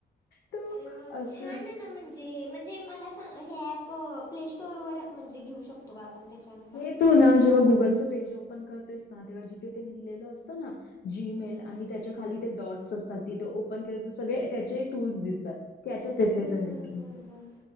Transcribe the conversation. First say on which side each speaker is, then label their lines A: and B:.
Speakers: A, on the left; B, on the left.
A: तर
B: अरे वा
A: असं
B: छान ना म्हण जे म्हणजे मला सांग हे ॲप प्ले स्टोरवर म्हणजे घेऊ शकतो का आपण तेच्यान
A: हे तू ना जेव्हा गुगलचं पेज ओपन करतेस ना तेव्हा जिथे ते लिहिलेलं असतं ना. जीमेल आणि त्यांच्या खाली ते डॉट्स असतात ते ओपन केलं तरं सगळें त्यांचे टूल्स दिसतात. त्याच्यांत हायत
B: बरं
A: हे सगळे
B: बरं
A: टुल्स
B: बरं